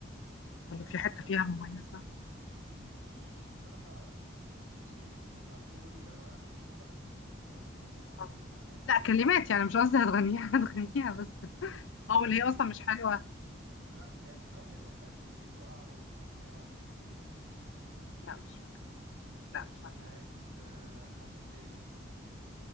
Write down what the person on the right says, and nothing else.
أه
م- مش بصراحة بصي على الدغري أنا هتكسف أغنيها فمش هقولها خلاص هنروح لواحدة
تانية
بتاعت
لأ هي بصراحة حلوة بتاعت تقوم وتقع وتقوم يا ودع
طب
بتاعت
آه، حد تايه